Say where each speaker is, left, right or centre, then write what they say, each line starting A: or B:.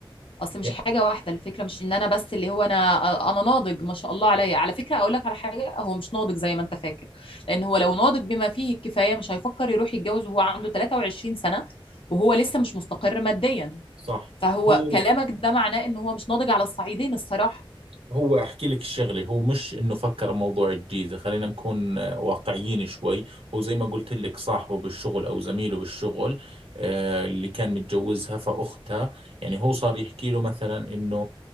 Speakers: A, on the left (about 70°); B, on the right (about 80°).
A: اصل مش
B: يا-
A: حاجه واحده الفكره مش ان انا بس اللي هو انا انا ناضج ما شاء الله عليا على فكره اقول لك على حاجه هو مش ناضج زي ما انت فاكر لان هو لو ناضج بما فيه الكفايه مش هيفكر يروح يتجوز وهو عنده 23 سنه وهو لسه مش مستقر ماديا
B: صح
A: فهو
B: هو
A: كلامك ده معناه ان هو مش ناضج على الصعيدين الصراحه
B: هو احكي لك الشغله هو مش انه فكر موضوع الجيزه خلينا نكون آه، واقعيين شوي هو زي ما قلت لك صاحبه بالشغل او زميله بالشغل آه اللي كان متجوزها فاختها يعني هو صار يحكي له مثلا انه